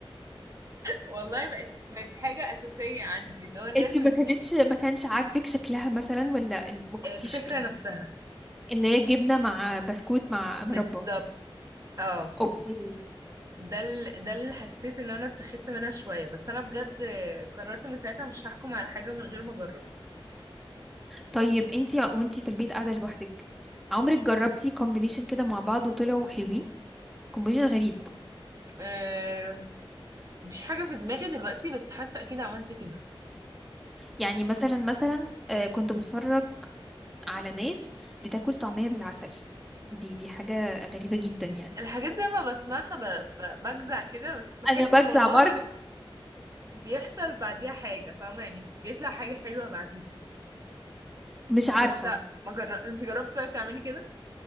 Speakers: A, on the right; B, in the centre.
A: والله بقت بقت حاجة أساسية عندي اللي هو لازم
B: انتي ما كانتش
A: تشيز
B: ما
A: كيك
B: كانش عاجبك شكلها مثلا ولا ان- ما كنتيش
A: الفكرة
B: فين
A: نفسها
B: ان هي جبنه مع بسكوت مع
A: بالظبط
B: مربى
A: اه
B: اوكي
A: ده ال... ده اللي حسيت ان انا اتخذت منها شوية بس انا بجد قررت من ساعتها مش هحكم على حاجة من غير ما اجرب
B: طيب انتي وانتي في البيت قاعده لوحدك عمرك جربتي كومبينيشن كده مع بعض وطلعوا حلوين كومبينيشن غريب
A: أه... مفيش حاجة في دماغي دلوقتي بس حاسة اكيد عملت كده
B: يعني مثلا مثلا آه، كنت بتفرج على ناس بتاكل طعميه بالعسل دي دي حاجه غريبه جدا يعني
A: الحاجات دي لما بسمعها ب... ب... بجزع كده بس بحس
B: انا بجزع
A: والله
B: برضو
A: بيحصل بعديها حاجة فاهمة يعني بيطلع حاجة حلوة بعديها
B: مش عارفه
A: بس لا ما جربت انت جربتي طيب تعملي كده